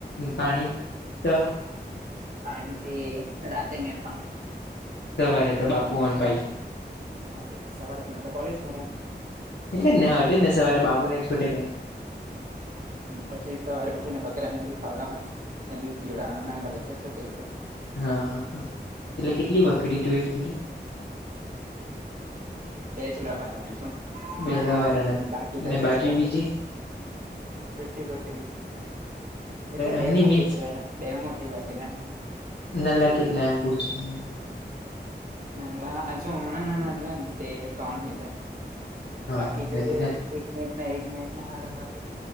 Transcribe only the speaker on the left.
પાણી તો- -
સવારે તો બાપુ પણ પાઈ.
એટલે ને હ ને સવારે બાપુ ને છોટે ભાઈ.
હા હ હા એટલે કેટલી બકરી તુએ કિઘેલી?
બેલાવાળાને
ને
બાકી બીજી
એમની
મીન્સ
નલા કેટલા એમ પૂછું એમ?
હા
નથી નથી